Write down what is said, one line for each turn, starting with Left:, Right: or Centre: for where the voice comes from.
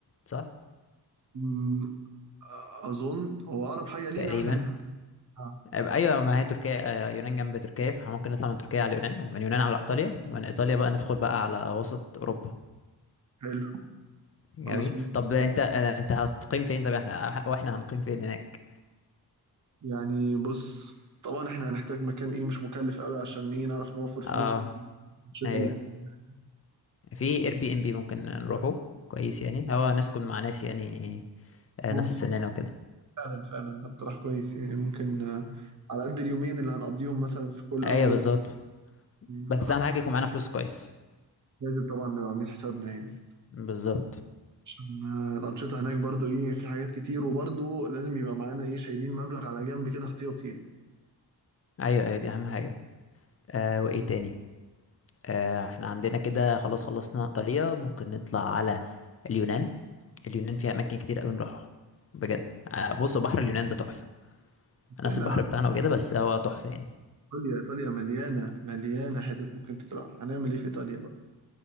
Left: صح
Right: مم، اظن هو اقرب حاجة لينا
Left: تقريبا
Right: احنا دي. آه،
Left: أب- ايوه ما هي تركيا آه، يونان جنب تركيا فممكن نطلع من تركيا على اليونان ومن اليونان على ايطاليا ومن ايطاليا بقى ندخل بقى على وسط اوروبا
Right: حلو
Left: جميل
Right: خلاص
Left: طب انت انت هتقيم فين طب احنا واحنا هنقيم فين هناك
Right: يعني بص طبعا احنا هنحتاج مكان ايه مش مكلف قوي عشان ايه نعرف نوفر فلوس
Left: اه
Right: الشتاء
Left: ايوه
Right: اللي هنعملها.
Left: في اير بي ام بي ممكن نروحه كويس يعني هو نسكن مع ناس يعني آه،
Right: ممكن
Left: نفس سننا وكده
Right: فعلا فعلا ده اقتراح كويس يعني ممكن آه، على قد اليومين اللي هنقضيهم مثلا في كل
Left: ايوه
Right: او
Left: بالظبط
Right: على
Left: بس
Right: حسب
Left: اهم حاجه يكون معانا فلوس كويس
Right: لازم طبعا نبقى عاملين حسابنا يعني
Left: بالظبط
Right: عشان آه، الأنشطة هناك برضو ايه في حاجات كتير وبرضو لازم يبقى معانا ايه شايلين مبلغ على جنب كده احتياطي يعني
Left: ايوه ايوه دي اهم حاجه آه وايه تاني آه احنا عندنا كده خلاص خلصنا ايطاليا ممكن نطلع على اليونان اليونان فيها اماكن كتير قوي نروحها بجد آه بص بحر اليونان ده تحفه
Right: بس
Left: نفس
Right: احنا
Left: البحر بتاعنا وكده بس هو تحفه يعني
Right: ايطاليا ايطاليا مليانة مليانة حتت ممكن تطلع هنعمل ايه في ايطاليا بقى؟